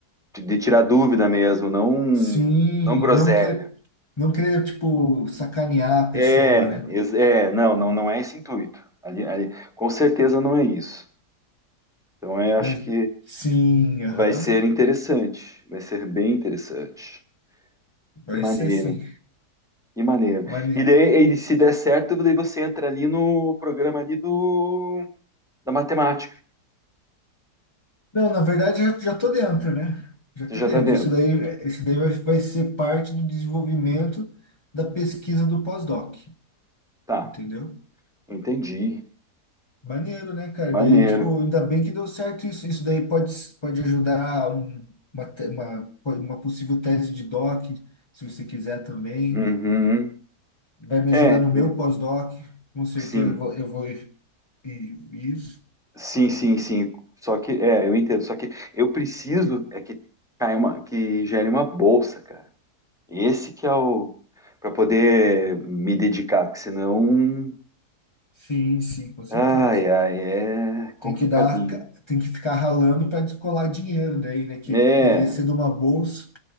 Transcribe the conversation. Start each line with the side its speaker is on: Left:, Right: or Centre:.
Centre: de de tirar dúvida mesmo, não,
Left: Sim,
Centre: não groselha.
Left: não quer, não querer, tipo, sacanear a pessoa,
Centre: É,
Left: né?
Centre: ex- é, não, não, não é esse intuito. Ali, ali, com certeza não é isso. Então, eu acho
Left: Mas
Centre: que
Left: sim, aham,
Centre: vai ser interessante, vai ser bem interessante.
Left: vai
Centre: Que maneiro,
Left: ser sim.
Centre: que maneiro.
Left: Mane...
Centre: E daí, e se der certo, daí você entra ali no programa ali do da matemática.
Left: Não, na verdade já, já tô dentro, né? Já
Centre: Você
Left: tô
Centre: já
Left: dentro.
Centre: está dentro.
Left: Isso daí, isso daí vai, vai ser parte do desenvolvimento da pesquisa do pós-doc,
Centre: Tá,
Left: entendeu?
Centre: entendi.
Left: Maneiro, né, cara?
Centre: Maneiro.
Left: Daí, tipo, ainda bem que deu certo isso. Isso daí pode, pode ajudar um- uma, te- uma, uma possível tese de doc, se você quiser também.
Centre: Uhum.
Left: Vai me
Centre: É,
Left: ajudar no meu
Centre: é,
Left: pós-doc, com certeza
Centre: sim,
Left: eu vou, eu vou ir, ir- isso.
Centre: sim, sim, sim. Só que, é, eu entendo. Só que eu preciso é que caia uma, que gere uma bolsa, cara. Esse que é o para poder me dedicar, porque senão,
Left: Sim, sim, com certeza.
Centre: ai, ai, é complicadinho.
Left: Tem que dar, ca- tem que ficar ralando para descolar dinheiro daí, né? Que
Centre: É,
Left: poderia ser de uma bolsa.